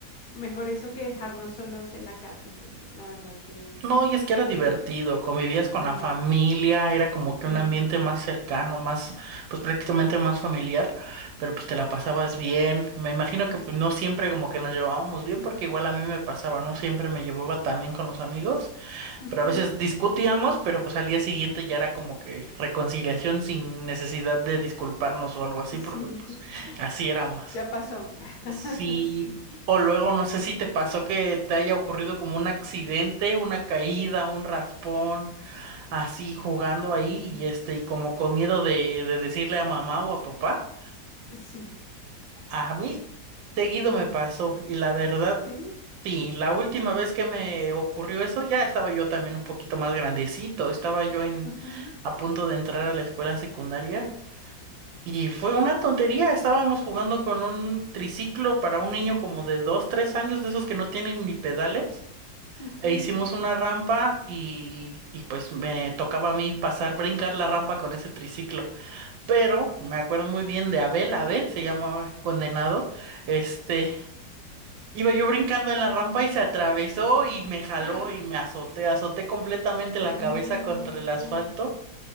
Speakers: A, on the left; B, on the right.
A: mejor eso que dejarnos solos en la casa, entonces la verdad que
B: No, y es que
A: y
B: era divertido, convivías con
A: mm.
B: la familia, era como que
A: Mm,
B: un ambiente más cercano, más, pues prácticamente más familiar, pero pues te la pasabas bien. Me imagino que pues no siempre como que nos llevábamos bien, porque igual a mí me pasaba, no siempre me llevaba tan bien con los amigos.
A: ujú.
B: Pero a veces discutíamos, pero pues al día siguiente ya era como que reconciliación sin necesidad de disculparnos o algo así,
A: Sí,
B: porque pues
A: <laughs>
B: así éramos.
A: ya pasó. <laughs>
B: Sí,
A: Sí,
B: o luego no sé si te pasó que te haya ocurrido como un accidente, una caída, un raspón, así jugando ahí y este, y como con miedo de, de decirle a mamá o a papá.
A: sí,
B: A mí seguido me pasó y la verdad
A: sí.
B: Sí, la última vez que me ocurrió eso ya estaba yo también un poquito más grandecito, estaba yo en
A: Ujú,
B: a punto de entrar a la escuela secundaria y fue una tontería, estábamos jugando con un triciclo para un niño como de dos, tres años de esos que no tienen ni pedales
A: ujú.
B: e hicimos una rampa y, y pues me tocaba a mí pasar, brincar la rampa con ese triciclo, pero me acuerdo muy bien de Abel, Abel se llamaba condenado, este... Iba yo brincando en la rampa y se atravesó y me jaló
A: ¡Ah!
B: y me azoté, azoté completamente la cabeza
A: No.
B: contra el asfalto